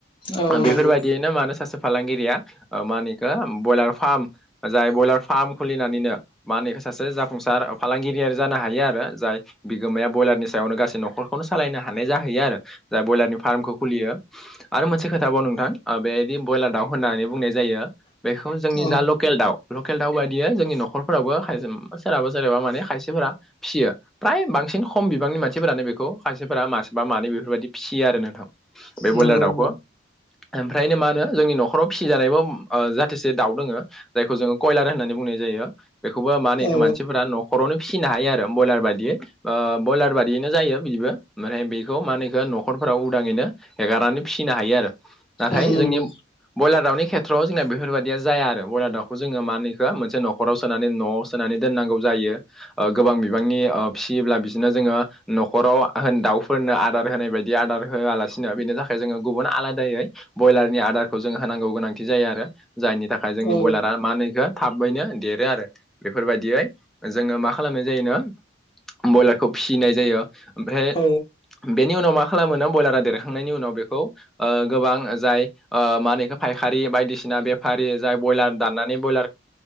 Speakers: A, on the left; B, in the centre.
A: औ
B: ओ बेफोरबायदियैनो
A: नंगौ
B: मानो सासे फालांगिरिया ओ मा होनो इखो बयलार फार्म जाय बयलार फार्म खुलिनानैनो मा होनो इखो सासे जाफुंसार फालांगिरियारि जानो हायो आरो। जाय बिगोमाया बयलारनि सायावनो गासै न'खरखौनो सालायनो हानाय जाहैयो आरो जाय बयलारनि फार्मखौ खुलियो। आरो मोनसे खोथा बाव नोंथां बेदि बयलार दाउ होननानै बुंनाय जायो बेखौ जोंनि
A: औ
B: जा लकेल दाउ लकेल दाउ बायदियै जोंनि न'खरफोरावबो हायजोम सोरहाबा सोरहाबा माने खायसेफोरा फियो। प्राय बांसिन खम बिबांनि मानसिफोरानो बेखौ खायसेफोरा मासेबा मानै बेफोरबायदि फिसियो आरो नोंथां बे बयलार
A: नंगौ
B: दाउखो।
A: नंगौ
B: ओमफ्रायनो मा होनो जोंनि न'खराव फिसिजानायबो ओ जाहथोसे दाउ दोङो जायखौ जोङो कयलार होननानै बुंनाय जायो बेखौबो मा होनो
A: औ
B: मानसिफोरा न'खरावनो फिसिनो हायो आरो बयलार बा दि ओ बयलार बादियैनो जायो बिबो माने बेखौ मा होनो इखो न'खरफोराव उदाङैनो हेगार नै फिनो हायो आरो नाथाय
A: औ नंगौ
B: जोंनि बयलार दाउनि खेत्रआव जोंना बेफोरबायदिया जाया आरो बयलार दाउखौ जोङो मा होनोएखौ मोनसे न'खराव सोनानै न'आव सोनानै दोननांगौ ओ जायो गोबां बिबांनि ओब फिसियोब्ला बिदिनो जोङो न'खराव होन दाउफोरनो आदार होनाय बायदि आदार होआलासिनो बेनि थाखाय जोङो गुबुन आलादायै ब्रयलारनि आदारखौ जोङो होनांगौ गोनांथि जायो आरो जायनि थाखाय जोंनि
A: औ
B: ब्रयलारा मा होनोएखो थाब बैनो देरो आरो बेफोरबायदियै जोङो मा खालामनाय जायोनो ब्रयलारखौ फिसिनाय जायो ओमफ्राय
A: औ
B: बेनि उनाव मा खालामोनो बयलारया देरहांनायनि उनाव बेखौ ओ गोबां जाय मा होनो एखो फायारि बायदिसिना बेफा रि जाय बयलार दनानै बल